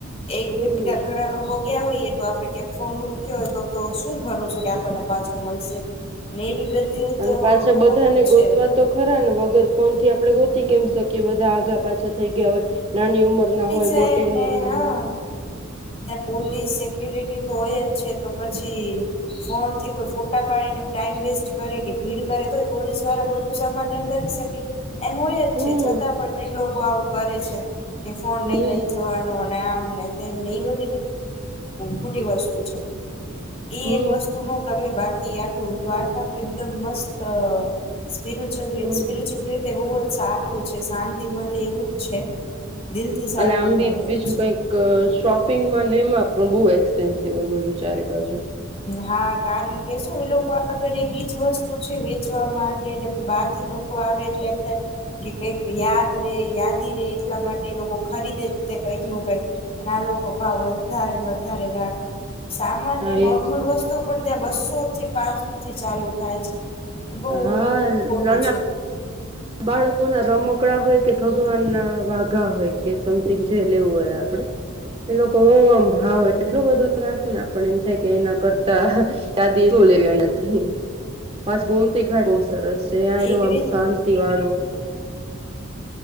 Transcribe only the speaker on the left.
એક
ભેગા ઘણા લોકો ગયા હોઈએ તો આપણે ક્યાંક ફોન મૂક્યો હોય તો તો શું ભરોસો કે આપણને પાછો મલશે ને એવી બધું
તો
ખોટું
જ
છે
હમ
ત્યાં
ને
હા
પોલીસ એક સિક્યોરિટી તો હોય જ છે, તો પછી ફોનથી કોઈ ફોટા પાડીને ટાઈમ વેસ્ટ કરે કે ભીડ કરે તોઈ પોલીસ વારા બધું સા ધન કરી શકે એમ હોય જ
છે, છતાં પણ એ લોકો આવું કરે છે, કે ફોન
નઈ લઈ જવાનો ને આમને તેમને એ બધી ખોટી વસ્તુ છે. ઈ
એક વસ્તુ નો તમે બાકી કી આખું દ્વારકા તો એકદમ મસ્ત સ્પિરચુલ
સ્પિરચુલ રીતે બો સારું છે શાંતિ મલે એવું જ છે દિલ થી શાંતિ
મળે
એવું છે
હા કારણ કે શું એ લોકો આગળ એક ઈજ વસ્તુ છે વેચવા માટે ને બહાર થી લોક કો આવે એટલે એમ થાય કે કઈક યાદ રે યાદી રે એટલા માટે લોકો ખરીદે તે કંઈક નું કઈક અને આ લોક કો ભાવ વધારે ને વધારે રાખે સામાન્ય
નો
વસ્તુ પણ ત્યાં બસો થી પાંચસોથી ચાલુ થાય છે બો
ખોટું
છે
હમ
<inaudible>
એક રીત